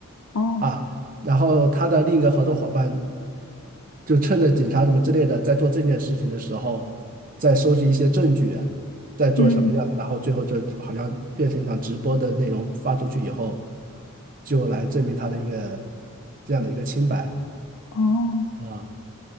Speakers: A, on the left; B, on the right.
A: 哦
B: 啊。然后他的另一个合作伙伴就趁着警察什么之类的在做这件事情的时候，在收集一些证据啊，在做什么样的，
A: 嗯
B: 然后最后就好像变成一场直播的内容发出去以后，就来证明他的一个这样的一个清白
A: 哦。
B: 啊，